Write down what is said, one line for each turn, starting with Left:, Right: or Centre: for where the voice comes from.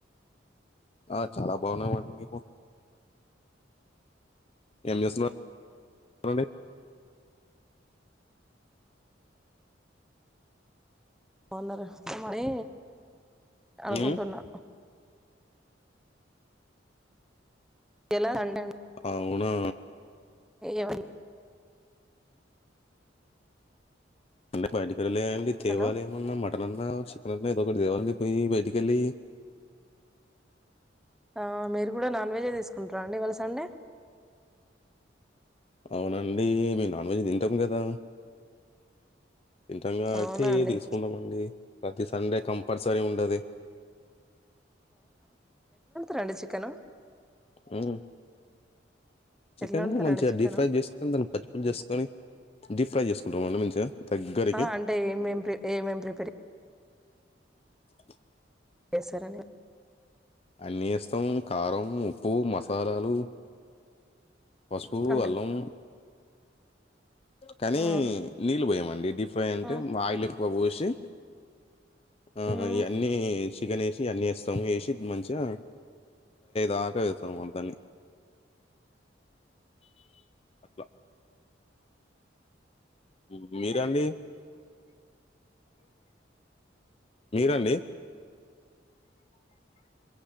Left: ఆ చాలా బాగున్నామ అండి మేము ఏం చేస్తున్నారుండి
Centre: బాన్నారా మరి అనుకుంటున్నా
Left: ఉమ్
Centre: ఎలా అండే
Left: అవునా
Centre: ఎవరు
Left: కింద పాడి ఇలేండి తేవాల
Centre: హలో
Left: ఏమన్నా మ చక్కన అన్న చికెన్ అన్న ఏదో ఒకటి తేవాలండి పోయి బయటికి వెళ్లి
Centre: ఆ మీరు కూడా నాన్ వెజే తీసుకుంటారా అండి ఇవాళ సండే
Left: అవునండి మేము నాన్ వెజ్ తింటాం కదా ఇంతంగా పెట్టి
Centre: అవునా అండి
Left: తీసుకుంటామండి ప్రతి సండే కంప్ పరిసనే ఉండది
Centre: రెడు చికెను
Left: ఉ చికెన్
Centre: ఎట్లా వండుతారండి
Left: మంచిగా
Centre: చికెన్
Left: డీప్ ఫ్రై చేసుకొని దానికి పచ్చిపులు చేసుకొని డీప్ ఫ్రై చేసుకుంటామండి మంచిగా దగ్గరికి
Centre: ఆ అంటే ఏమేమి ఏమేం ప్రిపేర్
Left: <unintelligible>
Centre: ఎసరని
Left: అన్ని ఏస్తాం కారం, ఉప్పు, మసాలాలు పసుపు,
Centre: అంటే
Left: అల్లం కానీ
Centre: ఆ
Left: నీళ్ళు పోయమండి డిఫై అంటే
Centre: ఆ
Left: ఆయిలే పోసి ఆ
Centre: మ్మ్
Left: అన్నీ చికెన్ ఏసి అన్ని ఏస్తాము ఏసి మంచిగా దాకా వేస్తాం వంటని అట్లా ఉ మీరండి మీరండి